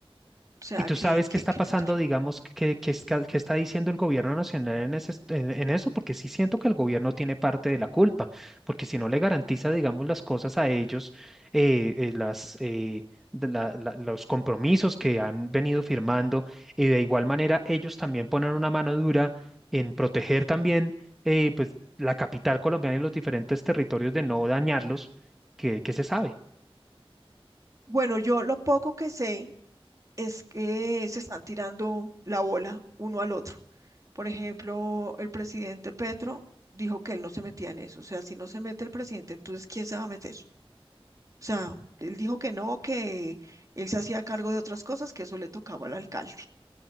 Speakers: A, on the right; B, in the centre.
A: O sea,
B: ¿Y tú
A: ¿qué,
B: sabes
A: qué,
B: qué está
A: qué
B: pasando,
A: futuro?
B: digamos, qué, qué está qué está diciendo el gobierno nacional en, ese est- en- en eso? Porque sí siento que el gobierno tiene parte de la culpa, porque si no le garantiza, digamos, las cosas a ellos, eh, eh, las, eh, de la- la- los compromisos que han venido firmando, y de igual manera ellos también ponen una mano dura en proteger también, eh, pues, la capital colombiana y los diferentes territorios de no dañarlos, que, que se sabe.
A: Bueno, yo lo poco que sé es que se están tirando la bola uno al otro. Por ejemplo, el presidente Petro dijo que él no se metía en eso. O sea, si no se mete el presidente, entonces ¿quién se va a meter? O sea, él dijo que no, que él se hacía cargo de otras cosas, que eso le tocaba al alcalde.